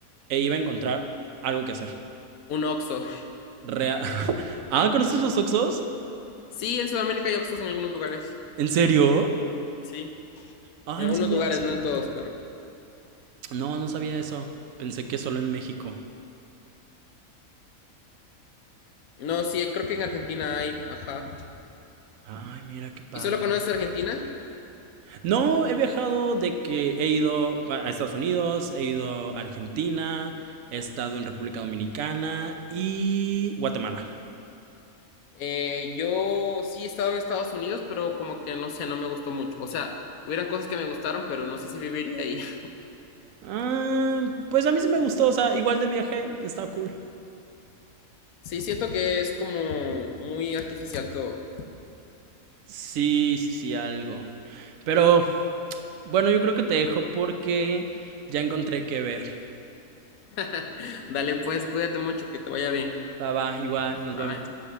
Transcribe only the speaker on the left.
un Oxxo.
Sí, en Sudamérica hay Oxxos en algunos lugares.
Sí,
en algunos
lugares,
no en todos, pero.
No, sí, creo que en Argentina hay, ajá.
¿Y solo conoces Argentina?
Eh, yo sí he estado en Estados Unidos, pero como que no sé, no me gustó mucho. O sea, hubieran cosas que me gustaron, pero no sé si viviría ahí. <laughs>
Sí, siento que es como muy artificial todo.
<laughs> Dale, pues, cuídate mucho, que te vaya bien.
Bye.